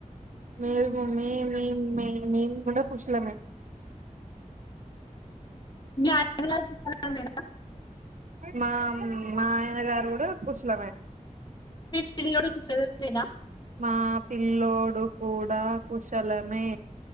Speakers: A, on the right (about 65°); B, on the left (about 30°).
A: మేల్ము మే మే మే మెంకూడ కుశలమే
B: మీ ఆయన కుశలమేనా
A: మాం మా ఆయన గారు కూడ కుశలమే
B: మీ పిల్లోడు కుశలమేనా
A: మా పిల్లోడు కూడా కుశలమే